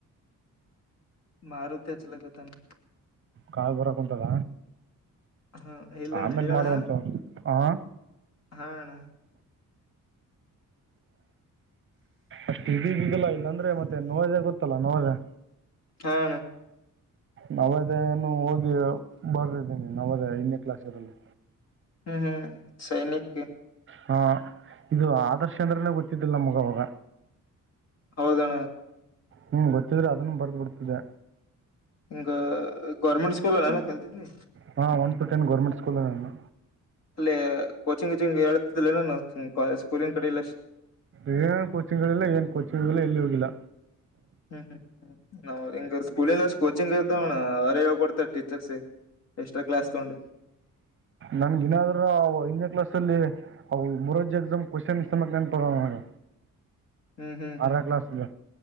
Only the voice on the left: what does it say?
ಮಾರುತಿಚ್ಲಗತಾನ
ಹಾ ಇಲ್ಲಣ್ಣ
ಹೇಳಣ್ಣ
ಹಾ ಅಣ್ಣ
ಹ ಅಣ್ಣಾ
ಹ್ಮ್ ಹ್ಮ್ ಸೈನಿಕ
ಹೌದಣ್ಣ
ಹಿಂಗ ಗೌರ್ಮೆಂಟ್ ಸ್ಕೂಲ್ ಅಲ್ಲ ಎಲ್ಲ ಕಲ್ತಿದ್ನಿ
ಅಲ್ಲೇ ಕೋಚಿಂಗ್ ಕಚಿಂಗ್ ಹೇಳ್ತಿದ್ದಲನ ನ ಸ್ಕೂಲಿನ ಕಡೆ ಇಲ್ಲ
ಹ್ಮ್ ಹ್ಮ್ ಹ್ಮ್ ನಾವ್ ಹಿಂಗ ಸ್ಕೂಲ್ಲ್ ಅಷ್ಟ್ ಕೋಚಿಂಗ್ ಇರ್ತವಣ್ಣ ಅವರೇ ಹೇಳ್ಕೊಡ್ತಾರೆ ಟೀಚರ್ಸ ಎಕ್ಸ್ಟ್ರಾ ಕ್ಲಾಸ್ ತಗೊಂಡು
ಹ್ಮ್ ಹ್ಮ್
ಹ್ಮ್